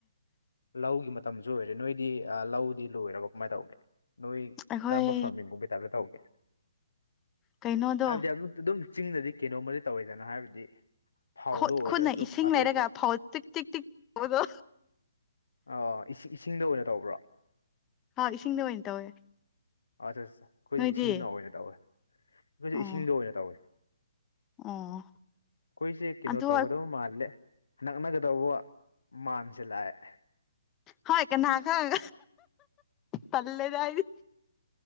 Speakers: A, on the left; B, on the left.
A: ꯂꯧꯒꯤ ꯃꯇꯝꯁꯨ ꯑꯣꯏꯔꯦ ꯅꯣꯏꯗꯤ ꯂꯧꯗꯤ ꯂꯣꯏꯔꯕ ꯀꯃꯥꯏꯅ ꯇꯧꯒꯦ ꯅꯣꯏ
B: ꯑꯩꯈꯣꯏ
A: ꯀꯔꯝꯕ ꯐꯥꯔꯃꯤꯡꯒꯨꯝꯕꯩ ꯇꯥꯏꯞꯇ ꯇꯧꯒꯦ
B: ꯀꯩꯅꯣꯗꯣ
A: ꯍꯥꯏꯕꯗꯤ ꯑꯗꯨꯝ ꯗꯨꯝ ꯆꯤꯡꯗꯗꯤ ꯀꯩꯅꯣꯝꯃꯗꯤ ꯇꯧꯋꯤꯗꯅ ꯍꯥꯏꯕꯗꯤ ꯐꯧꯗꯣ
B: ꯈꯨꯠ
A: ꯑꯣꯏꯗ꯭ꯔꯁꯨ
B: ꯈꯨꯠꯅ ꯏꯁꯤꯡ
A: ꯑꯇꯣꯞꯄ
B: ꯂꯩꯔꯒ ꯐꯧ ꯇꯤꯛ ꯇꯤꯛ ꯇꯤꯛ ꯑꯣꯏꯕ꯭ꯔꯣ
A: ꯑꯥ ꯏꯁꯤꯡꯗ ꯑꯣꯏꯅ ꯇꯧꯕ꯭ꯔꯥ
B: ꯍꯣꯏ ꯏꯁꯤꯡꯗ ꯑꯣꯏꯅ ꯇꯧꯋꯦ
A: ꯑ ꯑ ꯑꯈꯣꯏꯁꯨ
B: ꯅꯣꯏꯗꯤ
A: ꯏꯁꯤꯡꯅ ꯑꯣꯏꯅ ꯇꯧꯋꯦ ꯑꯈꯣꯏꯁꯨ
B: ꯑꯣ
A: ꯏꯁꯤꯡꯗ ꯑꯣꯏꯅ ꯇꯧꯋꯦ
B: ꯑꯣ
A: ꯑꯈꯣꯏꯁꯦ ꯀꯩꯅꯣ
B: ꯑꯗꯨ
A: ꯇꯧꯒꯗꯕ ꯃꯥꯜꯂꯦ ꯅꯛꯅꯒꯗꯧꯕ ꯃꯥꯟꯁꯤꯜ ꯂꯥꯛꯑꯦ
B: ꯍꯣꯏ ꯀꯅꯥ ꯈꯪ ꯇꯜꯂꯦꯗ ꯑꯩꯗꯤ